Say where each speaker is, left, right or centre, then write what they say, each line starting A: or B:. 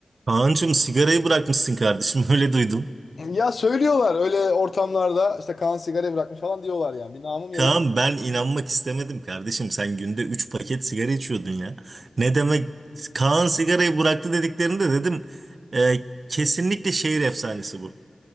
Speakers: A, on the right (about 65°); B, on the left (about 70°).
A: Kaan'cığım sigarayı bırakmışsın kardeşim <laughs> öyle duydum.
B: Ya söylüyorlar öyle ortamlarda işte Kaan sigara bırakmış falan diyorlar yani. Bir namım yayılıyor.
A: Kaan ben inanmak istemedim kardeşim sen günde 3 paket sigara içiyordun ya. Ne demek Kaan sigarayı bıraktı dediklerinde dedim e, kesinlikle şehir efsanesi bu.